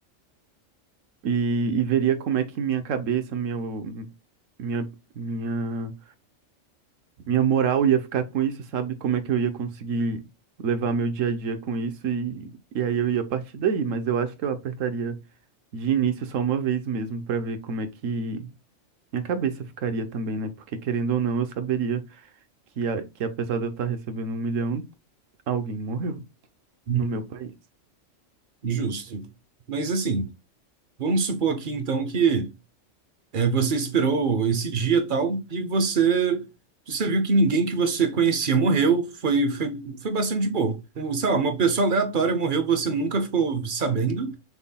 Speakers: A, on the right; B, on the right.
A: e, e veria como é que minha cabeça, meu, minha, minha, minha moral ia ficar com isso, sabe? Como é que eu ia conseguir levar meu dia a dia com isso e, e aí eu ia partir daí. Mas eu acho que eu apertaria de início só uma vez mesmo pra ver como é que minha cabeça ficaria também, né? Porque querendo ou não, eu saberia que, a, que apesar de eu estar recebendo um milhão, alguém morreu
B: uhum.
A: no meu país.
B: Justo. Mas assim, vamos supor aqui então que É, você esperou esse dia e tal, e você, você viu que ninguém que você conhecia morreu, foi, foi, foi bastante de boa. Um, Sei lá, uma pessoa aleatória morreu, você nunca ficou sabendo,